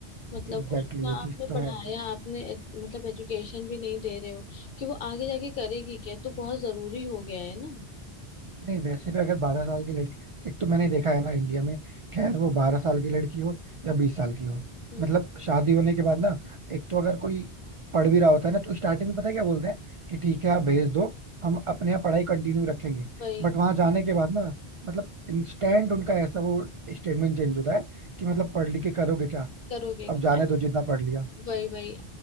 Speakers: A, on the left; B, on the right.
A: मतलब
B: एग्जैक्टली exactly,
A: उतना
B: ये
A: आपने
B: चीज तो
A: पढ़ाया
B: है
A: आपने एड- मतलब एजुकेशन भी नहीं दे रहे हो कि वो आगे जाके करेगी क्या तो बहुत जरूरी हो गया है ना
B: नहीं वैसे भी अगर बारह साल की लड़की एक तो मैंने देखा है ना इंडिया में खैर वो बारह साल की लड़की हो या बीस साल की हो
A: हम्म
B: मतलब शादी होने के बाद ना एक तो अगर कोई पढ़ भी रहा होता है ना तो स्टार्टिंग में पता है क्या बोलते हैं कि ठीक है आप भेज दो हम अपने यहाँ पढ़ाई कंटिन्यू रखेंगे
A: वही
B: बट वहां जाने के बाद ना मतलब इंस्टेंट उनका ऐसा वो स्टेटमेंट चेंज होता है कि मतलब पढ़ लिख के करोगे क्या
A: करोगे
B: अब
A: क्या?
B: जाने दो जितना पढ़ लिया
A: वही वही